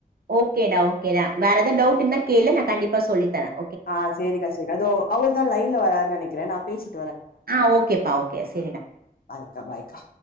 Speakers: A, on the right (about 80°); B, on the left (about 80°).
A: ஓகேடா ஓகேடா வேற ஏதாவது டவுட் இருந்தா கேளு நான் கண்டிப்பா சொல்லித்தறேன்
B: ஆஹ் செரி கா செரி கா இதோ அவர் தான் லைன்ல வராரு நினைக் கிறேன் நான் பேசிட்
A: ஆஹ் ஓகேப்பா ஓகே செரிடா
B: அக்காபாய்க்கா